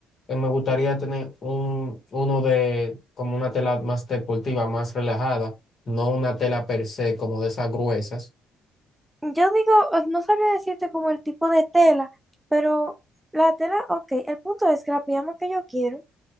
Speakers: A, on the left; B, in the centre.
A: eh, me gustaría tener un, uno de, como una tela más deportiva, más relajada, no una tela per se, como de esas gruesas,
B: Yo digo, eh, no sabría decirte como el tipo de tela, pero la tela, ok, el punto es que la pijama que yo quiero,